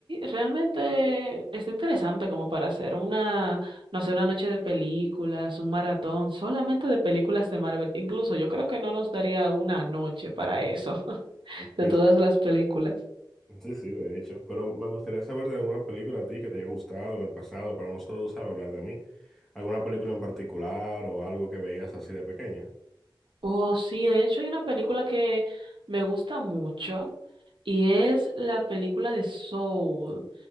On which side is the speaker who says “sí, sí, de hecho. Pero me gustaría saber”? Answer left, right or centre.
Centre